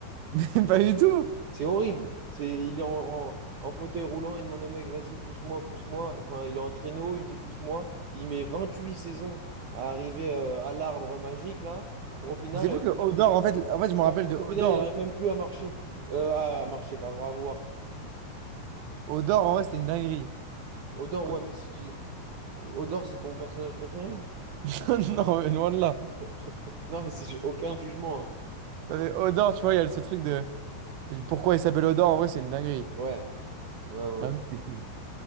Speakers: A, on the right; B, on the right.
A: <laughs> Mais pas du tout.
B: C'est horrible. C'est, il est en, en- en fauteuil roulant, il demande au mec, vas-y, pousse-moi, pousse-moi. Enfin, il est en traîneau, il dit, pousse-moi. Il met 28 saisons à arriver euh, à l'arbre magique, là, pour au final,
A: C'est
B: euh,
A: fou
B: qu'il
A: que Odor,
B: devienne-
A: en fait, en fait, je me rappelle
B: pour- pour
A: de Odor.
B: au final, il n'arrive
A: En fait,
B: même plus à marcher. Euh, à marcher, pardon, à voir.
A: Odor, en vrai, c'était une dinguerie.
B: Odor,
A: Colton,
B: ouais, mais si tu... Odor, c'est ton personnage préféré?
A: <laughs> non, mais loin de là.
B: <laughs> Non, mais c'est j'ai aucun jugement. hein.
A: Non, mais Odor, tu vois, il y a ce truc de pourquoi il s'appelle Odor, en vrai, c'est une dinguerie.
B: Ouais, ouais, ouais.
A: Hein,
B: ouais.
A: c'est fou.